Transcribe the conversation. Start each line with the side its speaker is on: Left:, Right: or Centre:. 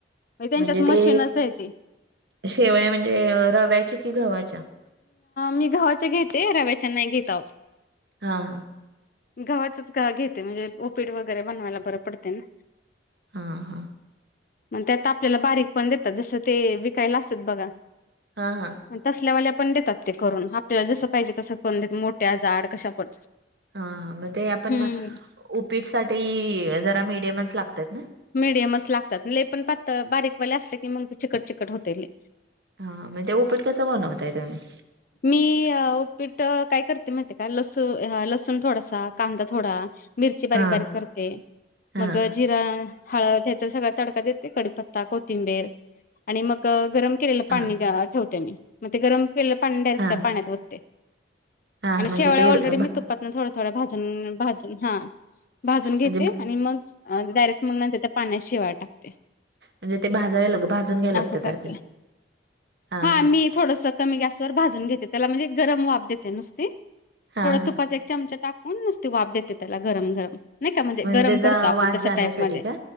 Left: त्यांच्यात
Right: म्हणजे
Left: मशीनच
Right: ते,
Left: आहे ती
Right: शेवया म्हणजे रव्याच्या कि गव्हाच्या?
Left: मी गव्हाच्या घेते, रव्याच्या नाही घेत आहो.
Right: हा.
Left: गव्हाचच घेते म्हणजे उपीट वगैरे बनवायला बरे पडते ना.
Right: हां हां.
Left: मग त्यात आपल्याला बारीक पण देतात जसं ते विकायला असतात बघा
Right: हां हां.
Left: आणि तसल्यावाल्या पण देतात ते करून आपल्याला जसं पाहिजे तसं पण देत मोठ्या जाड कश्या पण.
Right: हां हां मग ते आपण
Left: हम्म
Right: उपीट साठी जरा मिडियमच लागतात ना.
Left: मिडियमच लागतात लई पण पातळ बारीक वाल्या असले की मग ते चिकट चिकट होते लई.
Right: हां मग ते उपीट कसं बनवता तुम्ही?
Left: मी उपीट काय करते माहित आहे का लसू लसूण थोडासा, कांदा थोडा मिरची बारीक
Right: हां
Left: बारीक करते
Right: हां
Left: मग जिरा हळद ह्याचा सगळा तडका देते कडीपत्ता कोथिंबीर आणि मग गरम केलेलं पाणी
Right: हां
Left: ठेवते मी मग ते गरम केलेलं पाणी डायरेक्ट
Right: हां
Left: त्या पाण्यात ओतते.
Right: हां
Left: आणि
Right: म्हणजे
Left: शेवळ्या
Right: ते
Left: ऑलरेडी मी
Right: भा
Left: तु पातन थोड्या थोड्या भाजून भाजून हां भाजून घेते
Right: म्हणजे
Left: आणि मग ते डायरेक्ट मग नंतर त्या पाण्यात शेवाळ्या टाकते.
Right: म्हणजे ते भाजायला भाजून घ्यायला
Left: असं
Right: लागतात
Left: करते.
Right: आधी हां
Left: हा
Right: हां.
Left: मी थोडस कमी गॅसवर भाजून घेते त्याला म्हणजे गरम वाफ देते नुसती.
Right: हां
Left: थोडं
Right: हां
Left: तुपाचा एक चमचा टाकून नुसती वाफ देते त्याला गरम गरम. नाही का म्हणजे गरम
Right: त्याचा
Left: करतो आपण
Right: वास
Left: तशा
Right: जाण्यासाठी
Left: टाईप मध्ये.
Right: का?